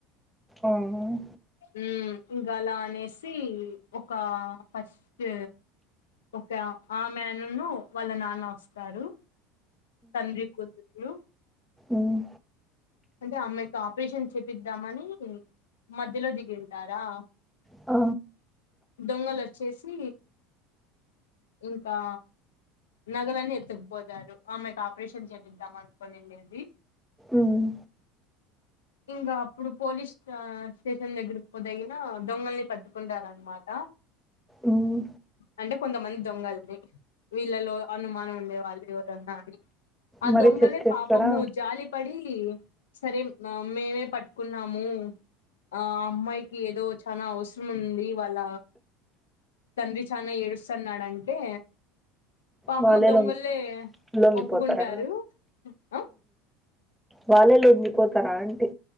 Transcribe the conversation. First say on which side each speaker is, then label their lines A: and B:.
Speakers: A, in the centre; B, on the left.
A: అవును
B: ఉమ్ ఇగలా అనేస్ సి ఒకా ఫస్ట్ ఒక ఆమేనును వాళ్ళ నాన్న వస్తారు తంద్రి కూతుర్లు
A: ఉమ్
B: అంటే ఆమ్మెకి ఆపరేషన్ చేపిద్దామని మధ్యలో దిగింటారా
A: ఆ
B: దొంగలోచ్చేసి ఇంకా నగలన్ని ఎత్తుకుపోతారు ఆమెకు ఆపరేషన్ చేపిద్దాం అనుకోనిండేది
A: ఉమ్
B: ఇంకా అప్పుడు పోలీస్ ఆ స్టేషన్ దగ్గరకి పోతేగిన దొంగల్ని పట్టుకుంటారనమాట
A: ఉమ్
B: అంటే కొంతమంది దొంగల్ని వీళ్ళలో అనుమానం ఉండే వాళ్ళు ఎవరన్నా అని ఆ
A: మరి
B: దొంగలే
A: చెక్ చేస్తారా
B: పాపము జాలి పడి సరే మా మేమే పట్ కున్నాము ఆ అమ్మాయికి ఏదో చానా అవసరం ఉంది వాళ్ళ తండ్రి చానా ఏడుస్తన్నాడంటే పాపము
A: వాళ్ళే
B: దొంగోలే
A: లొంగి లొంగిపోతారా
B: ఒప్పుకుంటారు ఉమ్ ఆ
A: వాళ్ళే లొంగీ పోతారా అంటి